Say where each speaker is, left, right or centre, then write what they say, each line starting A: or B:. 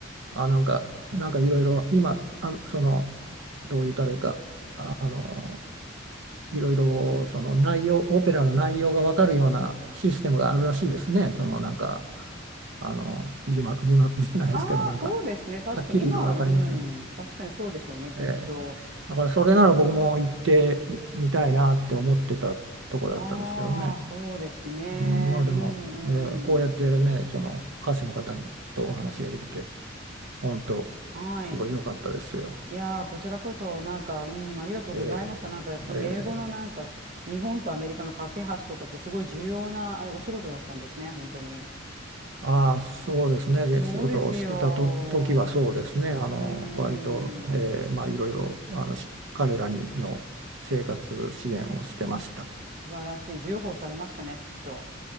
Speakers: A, on the right; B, on the right.
A: あなんかなんかいろいろ今あそのどう言ったらいいかあのいろいろその内容オペラの内容が分かるようなシステムがあるらしいですねそのなんかあの字幕字幕じゃないですけどなんか
B: ああ、そうですね。確かに今は、
A: はっきり分かりませんでした。
B: うん、確かにそうでしょうね、きっと。
A: ええだからそれなら僕も行ってみたいなって思ってたとこだったんですけどね。
B: ああ、そうですね。
A: うん、まあでも、
B: うんうん。
A: えーこうやってね、その歌手の方とお話ができて、本当、
B: はい。
A: すごい良かったですよ。
B: いやー、こちらこそ、なんか、うん、ありがとうございました。
A: えーえ
B: なんか、その英語のなんか、日本とアメリカの架け橋とかってすごい重要な、あれ、お仕事だったんですね、本当に。
A: ー、ああ、そうですね。で、
B: そうですよ。
A: 仕事をしてたと時はそうですね。あの、
B: うーん、
A: 割と、えーまあいろいろ、あの、し彼らにの生活支援をしてました。
B: 素晴らしい。重宝されましたね、きっと。